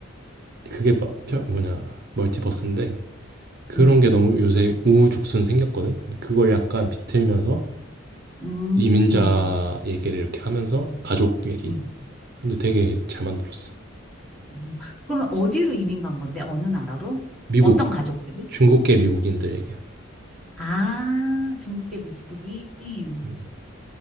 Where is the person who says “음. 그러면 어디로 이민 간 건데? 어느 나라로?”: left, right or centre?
Centre